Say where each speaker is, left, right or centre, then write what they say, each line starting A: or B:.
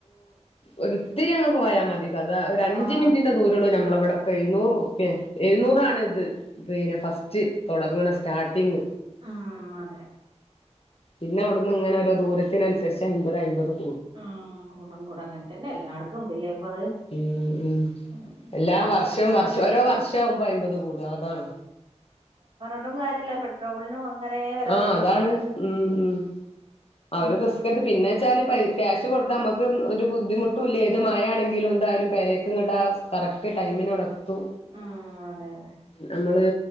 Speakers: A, on the left; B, on the right.
A: ഒരിത്തിരി അങ്ങ് പോയാൽ മതി ഒരു അഞ്ച
B: ആഹ്
A: മിനിന്റെ ദൂരേ ഉള്ള ഞമ്മളവിടെക്കെ എഴുന്നൂറു ഉർപ്പിയെ എഴുന്നൂറാണ
B: ആഹ്
A: ഇത് പിന്നെ ഫസ്റ്റ് തുടങ്ങണ സ്റ്റാർട്ടിങ്ങ്
B: ആ അതെ
A: പിന്നെ അവിടുന്ന് ഇങ്ങനെ രോ ദൂരത്തിനുരിച്ച് അമ്പത് അമ്പതും
B: ആഹ കൂടം കൂടം അങ്ങനെത്ത തന്നെ എല്ലായിടത്തും ഉണ്ടല്ലേ ഇപ്പൊ അത്
A: ഉ ഉം
B: ഉം
A: എല്ലാം
B: ആഹ്
A: വർഷവും വർഷം ഓരോ വർഷം ആവുമ്പോ അമ്പത് കൂടും അതാണ്
B: പറഞ്ഞട്ടും കാര്യല്ല പെട്രോളിനും അങ്ങനെ വില
A: ആഹ്
B: വർധിക്ക
A: അതാണ് ഉം ഉം <unintelligible>
B: ഇപ്പം
A: വെച്ചാല് പ ക്യാഷ് കൊടുത്ത നമുക്ക് ഒരു ബുദ്ധിമുട്ടും ഇല്ല ഏത് മഴയാണെങ്കിലും എന്തായാലും പെരേക്ക് ഇങ്ങട്ട കറക്റ്റ് ടൈമിനോടക്ക
B: ഉം അതെ അതെ
A: നമ്മള്